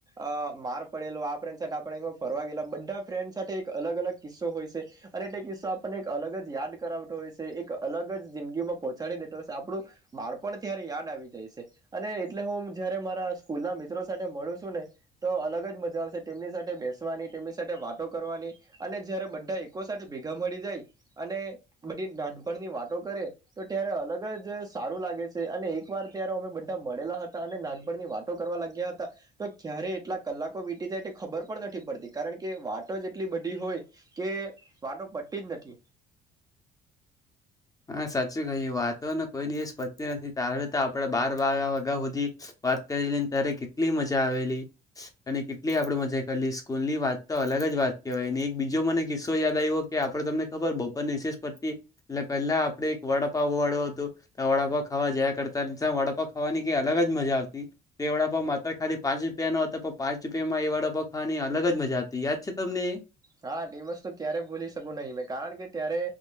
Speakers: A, on the right; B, on the left.
A: અ માર પડેલો આ ફ્રેન્ડ આપ ફરવા ગેલા બધા ફ્રેન્ડ સાથે એક અલગ અલગ કિસ્સો હોય છે અને તે કિસ્સો આપણને એક અલગ જ યાદ કરાવતો હોય છે એક અલગ જ જિંદગી માં પહોંચાડી દેતો હોય છે આપણું બાળપણ ત્યારે યાદ આવી જાય છે અને એટલે હું જયારે મા રા સ્કૂલ ના મિત્રો સાથે મળુ છું ને તો અલગ જ મજા આવશે તેમની સાથે બેસવાની તેમની સાથે વાતો કરવાની અને જયારે બધા એકકો સાથે ભેગા મળી જાય અને બધી નાનપણની વાતો કરે તો ત્યારે અલગ જ સારું લાગે છે અને એક વાર ત્યારે અમે બધા મળેલા હતા અને નાન પણની વાતો કરવા લાગ્યા હતા તો ક્યારે એટલા કલાકો વીતી જાય તે ખબર પણ નથી પડતી કારણ કે વાતો જ એટલી બધી હોય કે વાતો પડતી જ નથી.
B: હા સાચું કહ્યું વાતોને કોઈ દિવસ પતી નથી તારે તો આપડે બાર બાર વાગ્યા સુધી વાત કરીલીને ત્યારે કેટલી મજા આવેલી અને કેટલી આપડે મજા કરેલી સ્કૂલ ની વાત તો અલગ જ વાત કહેવાય એક બીજો મને કિસ્સો યાદ આવ્યો કે આપડે તમને ખબર બપર નિશે પડતી એટ પહેલા આપણે એક વડાપાવ વાળો હતો તો વડાપાવ ખાવા જયા કરતા વડાપઉ ખાવાની કઈ અલગ જ મજા આવતી એ વડાપાવ માત્ર ખાલી પાંચ રૂપિયાનો હતો પણ પાંચ રૂપિયામાં એ વડાપઉ ખાવાની અલગ જ મજા આવતી યાદ છે તમને એ?
A: હા ટીમસ્તુ ક્યારે ભૂલી શકું નહી મેં કારણ કે ત્યારે